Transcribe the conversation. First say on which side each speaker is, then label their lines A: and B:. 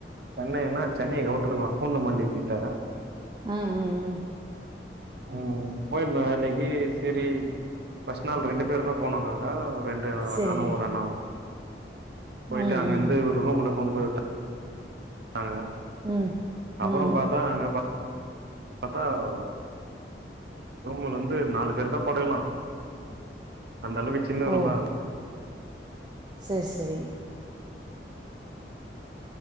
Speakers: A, on the right; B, on the right.
A: சென்னைனா சென்னை அவுட்டர்தா பூந்தமல்லி கிட்ட
B: அம் உம் உம்
A: ஆ போயிருந்தோ வேலைக்கி செரி பஸ்ட் நாள் ரெண்டு பேருதா போனோ நாங்க ரெண்டு
B: செரிங்க
A: நானு ஒரு அண்ணாவு போயிட்டு
B: ம்
A: அங்கருந்து
B: ம்
A: ஒரு ரூம்ல <unintelligible> அ
B: ம்
A: அப்றோ
B: ம்
A: பாத்தா அங்க பா பத்தா அவ் ரூமுல வந்து நாலு பேர் தா படுக்கலா அந்த அளவுக்கு சின்ன ரூம்
B: ஓ
A: தா அது
B: சேர் செரி